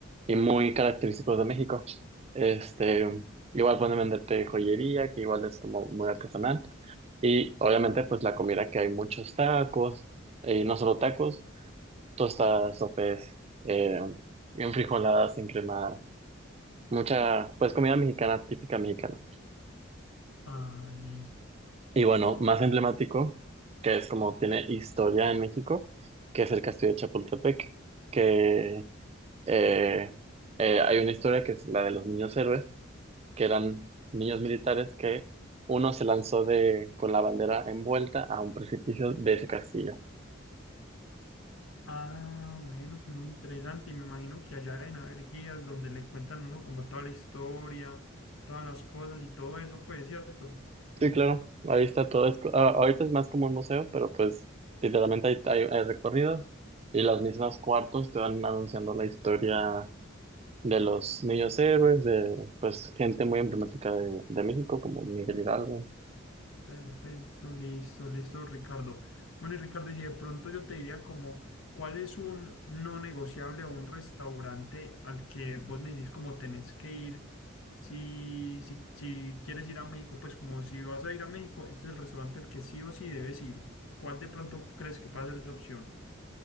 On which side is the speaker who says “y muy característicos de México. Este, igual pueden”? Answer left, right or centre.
Right